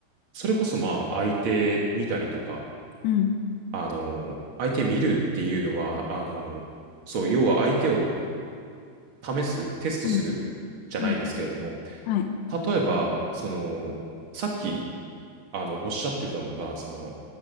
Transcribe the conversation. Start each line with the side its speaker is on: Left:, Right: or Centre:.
Right: それこそまあ相手見たりとか、
Left: うん、
Right: あの、相手見るっていうのは、あの、そう、要は相手を試す、テストするじゃないですけれども、
Left: うん、うん。はい。
Right: 例えば、その、さっき、あの、おっしゃってたのが、その、